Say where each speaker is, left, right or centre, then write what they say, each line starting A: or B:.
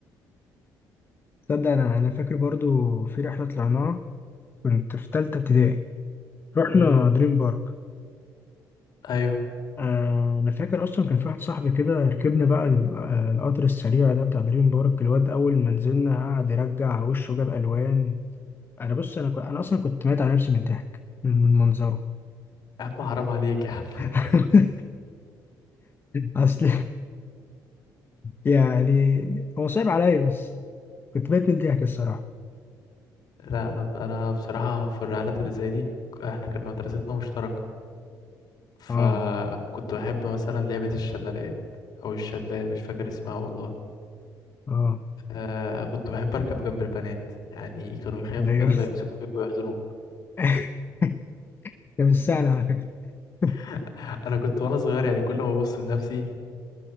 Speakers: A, on the left; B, on the left.
A: تصدق انا انا فاكر برضو في رحلة طلعناها كنت في تالتة ابتدائي رحنا
B: أمم،
A: دريم بارك
B: أيوه
A: آه انا فاكر اصلا كان في واحد صاحبي كده ركبنا بقى ال- آه، القطر السريع ده بتاع دريم بارك الواد اول ما نزلنا قعد يرجع وشه جاب الوان انا بص انا ك- انا اصلا كنت ميت على نفسي من الضحك من من منظره
B: يا عم حرام عليك يا عم <laughs>
A: <laughs> اصل يعني هو صعب عليا بس كنت بقيت من الضحك الصراحة
B: لا أنا أنا بصراحة في الرحلات اللي زي دي إحنا كان مدرستنا مشتركة فكنت
A: اه
B: بحب مثلا لعبة الشلالات أو الشلال مش فاكر اسمها والله
A: اه
B: آه كنت بحب أركب جنب البنات يعني كانوا يخافوا
A: ايوه
B: كده فيمسكوا فيك ويحضنوك
A: <laughs> ده مش سهل على فكرة <laughs>
B: <laughs> انا كنت وانا صغير يعني كل ما ابص لنفسي